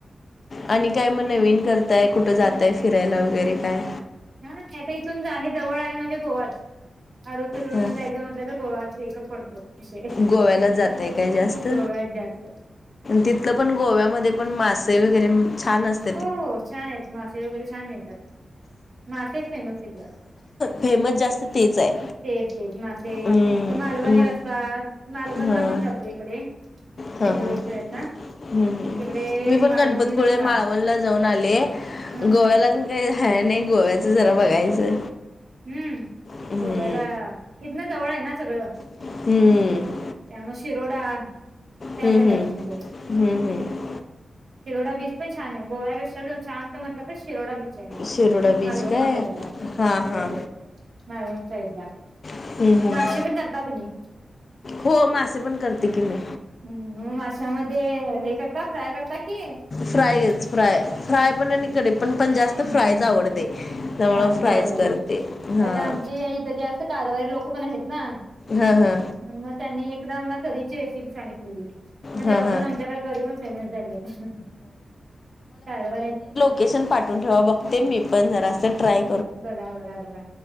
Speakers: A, on the left; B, on the right.
A: आणि काय मग
B: ट्युशन
A: नवीन करताय कुठं जातय फिरायला वगैरे काय?
B: ह नाही नाही आता इथूनच आहे जवळ आहे म्हणजे गोवाच. अरू फिरून
A: हां
B: जायचं म्हटलं तर गोवा वेकच पडतो. विषय
A: गोव्याला जाताय काय जास्त
B: गोव्यात जास्त
A: तिथलं पण गोव्यामध्ये पण मासे वगैरे छान असत.
B: हो हो छान आहेत मासे वगैरे छान मिळतात मासेच फेमस आहे इकडे
A: फेमस जास्त तेच आहे.
B: तेच तेच मासे
A: हम्म
B: मालवणी
A: हम्म
B: रस्ता मालवणला
A: हां
B: पण जातो इकडे
A: हां
B: चिंदूर
A: हां
B: उटय ना
A: हम्म हम्
B: तिकडे
A: मी पण
B: मालवणी
A: गणपतीपुळे
B: रस्ता
A: माळवणला जाऊन आले
B: हम्म
A: गोव्याला.
B: हम्म
A: काही झा नाही गोव्याचं जरा बघायचं.
B: हम्म
A: हम्म,
B: गोव्यालाच इथनं जवळ आहे ना सगळं.
A: हम्म
B: त्यामुळे शिरोडा त्या
A: हम्म
B: साईडला
A: हम्म
B: जाऊन आले.
A: हम्म हम्
B: शिरोडा बीच पण छान आहे गोव्यापेक्षा छान तर म्हटलं तर शिरोडा बीच आहे.
A: शिरोडा बीच
B: मालवण
A: काय
B: साइडला
A: हां
B: हो
A: हां
B: हो. मालवण साइडला
A: हम्म, हम्म.
B: मासे पण करता की नाही.
A: हो मासे पण करते की मी
B: हम्म माशामध्ये हे करता फ्राय करता की
A: फ्रायच
B: करी
A: फ्राय फ्राय पणकडे पण पण जास्त करी
B: हम्म
A: फ्रायच आवडते. त्यामुळं
B: हा
A: फ्रायच
B: होय
A: करते हां
B: आता आमचे इथं जास्त कारवारी लोक पण आहेत ना.
A: हा हा
B: मग त्यांनी एकदा मला कररीची रेसिपी सांगितलेली. मग
A: हां
B: तेव्हापर्ून
A: हां
B: आमच्याकडे गरी पण फेमस झाली आता कारव.
A: लकेशन पाठून ठेवा बघते मी पण जरास्ं ट्रय
B: बघा बघा बघा